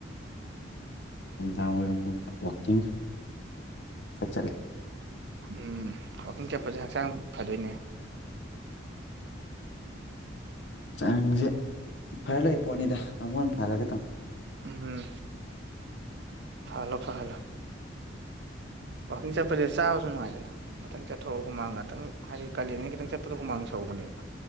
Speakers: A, on the left; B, on the right.
A: ꯥꯅꯨꯡꯗꯥꯡꯋꯥꯏꯔꯝꯒꯨꯝꯕ ꯋꯥꯀꯤꯡ ꯈꯥ ꯆꯠꯂꯦ
B: ꯎꯝ ꯋꯥꯛꯀꯤꯡ ꯆꯠꯄꯁꯦ ꯍꯛꯆꯥꯡ ꯐꯗꯣꯏꯅꯦ
A: ꯆꯥꯡꯖꯦ ꯐꯔ ꯂꯩ ꯄꯣꯠꯅꯤꯗ ꯑꯃꯨꯛ ꯍꯟꯅ ꯐꯔꯒꯦ ꯇꯧ
B: ꯎꯝꯎꯝ ꯐꯍꯜꯂꯣ ꯐꯍꯜꯂꯣ ꯋꯥꯀꯤꯡ ꯆꯠꯄꯖꯦ ꯆꯥꯕꯁꯨ ꯅꯨꯡꯉꯥꯏꯗꯅ ꯉꯥꯛꯇꯪ ꯆꯠꯊꯣꯔ ꯍꯨꯃꯥꯡ ꯉꯥꯇꯪ ꯍꯥꯏꯗꯤ ꯀꯥꯂꯦꯟꯅꯤꯅ ꯈꯤꯇꯪ ꯆꯠꯄꯗ ꯍꯨꯃꯥꯡ ꯁꯧꯕꯅꯦꯕ